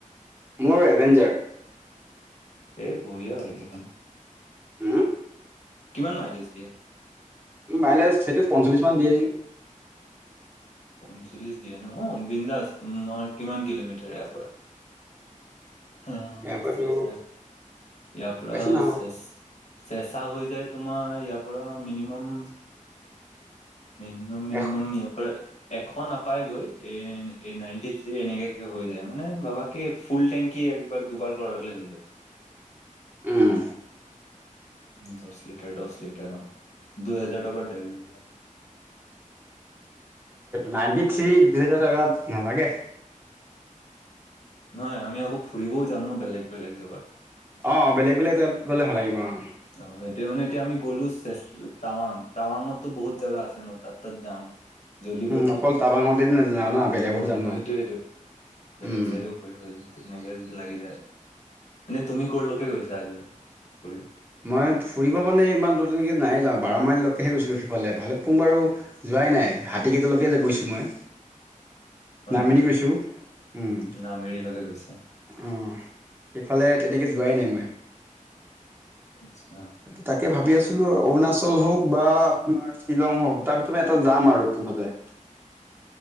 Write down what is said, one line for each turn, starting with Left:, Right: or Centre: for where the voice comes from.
Right: মোৰ এভেঞ্জাৰ।
Left: এই বঢ়িয়া বাইকখন।
Right: উম।
Left: কিমান মাইলেজ দিয়ে?
Right: মাইলেজ সেইটো পঞ্চলিছ মান দিয়ে নেকি।
Left: পঞ্চলিছ দিয়ে নহ বিন্দাছ। মই কিমান কিলোমিটাৰ ইয়াৰ পৰা? অঁ
Right: ইয়াৰ পৰাতো
Left: চেঁচা, ইয়াৰ পৰা
Right: বেছি নহ'ব
Left: চেঁ- চেঁচা হৈ যায় তোমাৰ ইয়াৰ পৰা মিনিমাম- মিনিমাম-মিনিমাম
Right: এশ
Left: ইয়াৰ পৰা- এশ নাপাই গৈ, এ এ নাইনটি থ্ৰী এনেকাকে হৈ যায় মানে ভাৱক- ফুল টেংকি একবাৰ, দুবাৰ কৰালে হৈ যাব।
Right: উম।
Left: দশ লিটাৰ, দশ লিটাৰ অঁ, দুই হাজাৰ টকা তেল যাব।
Right: নাইনটি থ্ৰী দুহেজাৰ টকাত নালাগে।
Left: নহয় আমি আকৌ ফুৰিবও যাম ন বেলেগ। বেলেগ জেগাত
Right: অঁ, বেলেগ বেলেগ জেগাত গ'লে ভাল লাগিব অঁ।
Left: অঁ, সেইটোৱে মানে এতিয়া আমি গ'লো টাৱাং, টাৱাংঙতো বহুত জেগা আছে ন তাত-তাত যাম। জ্বলিবই
Right: উম
Left: তেল
Right: অকল টাৱাংঙতে নাজানা ন, বেলেগত
Left: অ
Right: যাম ন,
Left: সেইটোয়েইটো বেলেগ
Right: উম।
Left: চাইডেও তেনেকে লাগি যায়। এনে তুমি ক'লৈকে গৈছা আজোৰ ফুৰিব?
Right: মই ফুৰিব মানে ইমান দূৰত তেনেকৈ নাই যোৱা, বাৰ মাইললৈকেহে গৈছিলোঁ সিফালে। ভালুক পুং বাৰু- যোৱাই নাই, হাতীকেইটালকে গৈছো মই।
Left: হয়
Right: নামেলি
Left: নেকি
Right: গৈছো, উম।
Left: নামেৰিলৈকে গৈছা
Right: অঁ, সেইফালে তেনেকৈ যোৱাই নাই মই।
Left: আচ্ছা।
Right: তাকে ভাবি আছিলো অৰুণাচল হওঁক বা তোমাৰ- শ্বিলং হওঁক দুটাৰ ভিতৰত এটা যাম আৰু মুঠতে।